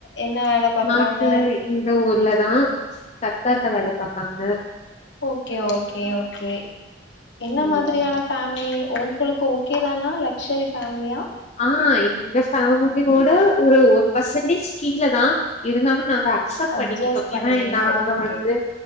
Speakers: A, on the left (about 65°); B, on the left (about 35°).
A: என்ன வேல பாக்கறாங்க
B: மாப்ள இந்த ஊர்ல தா கத்தார்ல வேல பாக்கராங்க
A: ஓகே ஓகே ஓகே என்ன
B: ம்
A: மாத்ரியான ஃபேமிலி ஓங் உங்களுக்கு ஓகே தானா லக்ஸ்சுயரி ஃபேமிலியா
B: ஆ எங்க ஃபேமிலியோட ஒரு ஒரு பர்சன்டேஜ் கீழ தா இருந்தாலு நாங்க அக்செப்ட்
A: அட்ஜஸ்ட்
B: பண்ணிக்கிட்டோ
A: பண்ணிட்டீங்க
B: ஏனா இ நாங்க
A: ஓகே
B: வந்து